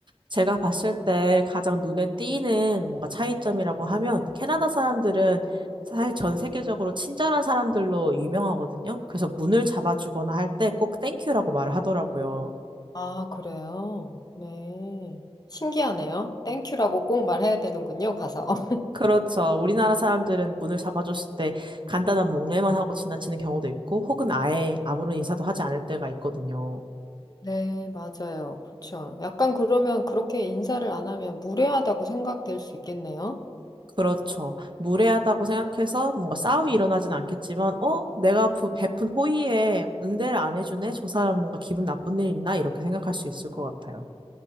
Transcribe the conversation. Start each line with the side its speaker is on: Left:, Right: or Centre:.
Right: 제가 봤을 때 가장 눈에 띄는 뭔가 차이점이라고 하면, 캐나다 사람들은 사실 전 세계적으로 친절한 사람들로 유명하거든요. 그래서 문을 잡아주거나 할 때 꼭 땡큐라고 말을 하더라고요.
Left: 아, 그래요? 네. 신기하네요. 땡큐라고 꼭 말해야 되는군요, 가서. <laughs>
Right: 그렇죠. 우리나라 사람들은 문을 잡아줬을 때 간단한 목례만 하고 지나치는 경우도 있고, 혹은 아예 아무런 인사도 하지 않을 때가 있거든요.
Left: 네, 맞아요. 그렇죠. 약간 그러면 그렇게 인사를 안 하면 무례하다고 생각될 수 있겠네요.
Right: 그렇죠. 무례하다고 생각해서 뭔가 싸움이 일어나진 않겠지만, 어? 내가 부- 베푼 호의에 응대를 안 해주네? 저 사람 뭔가 기분 나쁜 일 있나? 이렇게 생각할 수 있을 것 같아요.